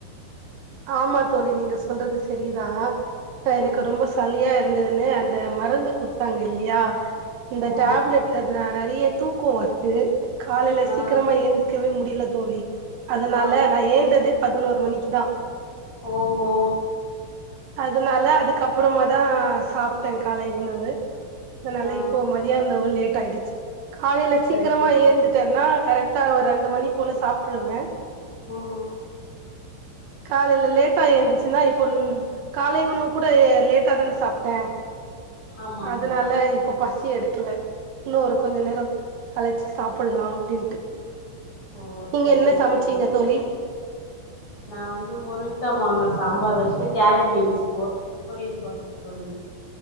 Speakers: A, on the right (about 75°); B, on the left (about 35°).
A: ஆமா தோழி நீங்க சொல்றது செரிதா
B: ம்
A: எனக்கு ரொம்ப சலியா இருந்ததுனு அந்த மருந்து குடுத்தாங்க இல்லியா இந்த
B: ஓ
A: டேப்லட்ல நா நெறைய தூக்கோ வர்து காலையில
B: ஆ
A: சீக்கிரமா ஏந்துக்கவே முடியில தோழி அதனால
B: ஆ
A: நா ஏந்தது பதுனோரு மணிக்கு தா
B: ஓ ஓ
A: அதனால அதுக்கப்புறமா தா சாப்ட்ட காலை உணவு அதனால
B: ஆ
A: இப்போ மதியானவு லேட் ஆயிடுச்சி காலையில
B: சரிங்க
A: சீக்கிரமா
B: சரிங்க
A: ஏந்துட்டன்னா கரெக்ட் டா ஒரு ரெண்டு மணி போல சாப்ட்ருவே
B: ம்
A: காலையில லேட்டா ஏந்திருச்சின்னா இப்போல் காலை உணவு கூட ஏ லேட்டா தான சாப்ட்டே
B: ஆமா ஆமா
A: அதனால இப் ப பசி எடுக்கல இன்னு ஒரு கொஞ்ச நேரோ கழச்சி சாப்புல்லா அப்டின்ட்டு
B: ஓ
A: நீங்க
B: சரிங்க
A: என்ன சமச்சீங்க
B: சரிங்க
A: தோழி
B: நா வந்து முருங்கா மாங்கா சாம்பார் வச்ட்டு கேரட் பீன்ஸ் பொ பொரியல் பண்ண தோழி